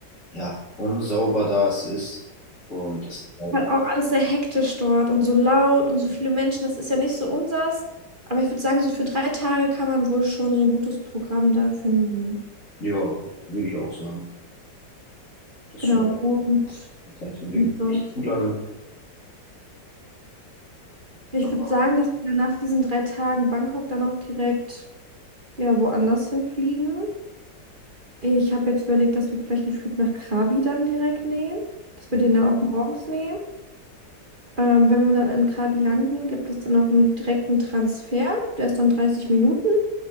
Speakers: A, on the left; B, on the right.
A: ja, unsauber da es ist. Und das ist halt,
B: Halt auch alles sehr hektisch dort und so laut und so viele Menschen, das ist ja nicht so unsers. Aber ich würde sagen, so für drei Tage kann man wohl schon so ein gutes Programm da finden.
A: ja, würde ich auch sagen, dass
B: Genau,
A: wir
B: und
A: da Zeit verbringen.
B: ansonsten.
A: Nicht zu lange,
B: Ja, ich
A: aber
B: würde sagen, dass wir dann nach diesen drei Tagen Bangkok dann auch direkt ja woanders hinfliegen. Ich habe jetzt überlegt, dass wir vielleicht einen Flug nach Krabi dann direkt nehmen, dass
A: mhm.
B: wir den dann auch morgens nehmen. Ähm, wenn wir dann in Krabi landen, gibt es dann auch einen direkten Transfer, der ist dann 30 Minuten